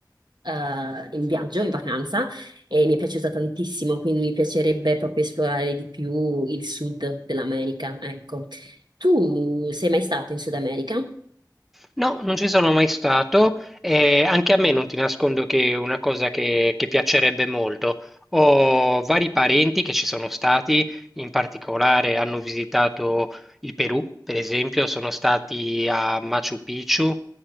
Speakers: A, on the right; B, in the centre.
A: eh, in viaggio, in vacanza, e mi è piaciuta tantissimo, quindi mi piacerebbe proprio esplorare di più il sud dell'America, ecco. Tu sei mai stato in Sud America?
B: No, non ci sono mai stato e anche a me non ti nascondo che è una cosa che, che piacerebbe molto. Ho vari parenti che ci sono stati, in particolare hanno visitato il Perù, per esempio, sono stati a Machu Picchu